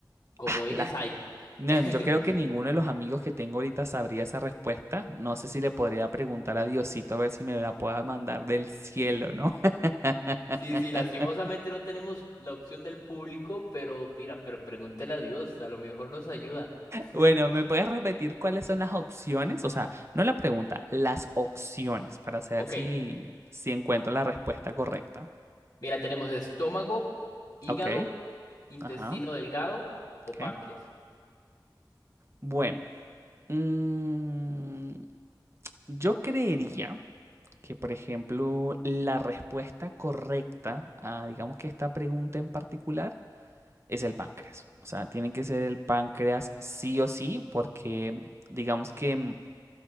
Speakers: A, on the left; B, on the right.
A: comodines
B: Ah, la-
A: hay.
B: No,
A: <laughs>
B: yo creo que ninguno de los amigos que tengo ahorita sabría esa respuesta. No sé si le podría preguntar a Diosito a ver si me la pueda mandar del cielo, ¿no? <laughs>
A: Sí, sí, lastimosamente no tenemos la opción del público, pero mira, pero pregúntale a Dios, a lo mejor nos ayuda. <laughs>
B: Bueno, ¿me puedes repetir cuáles son las opciones? O sea, no la pregunta, las opciones para saber
A: Ok,
B: si, si encuentro la respuesta correcta.
A: mira, tenemos estómago, hígado,
B: Okey,
A: intestino
B: ajá,
A: delgado o
B: okey.
A: páncreas.
B: Bueno, mm, yo creería que, por ejemplo, la respuesta correcta a, digamos que esta pregunta en particular, es el páncreas. O sea, tiene que ser el páncreas sí o sí, porque digamos que, mm,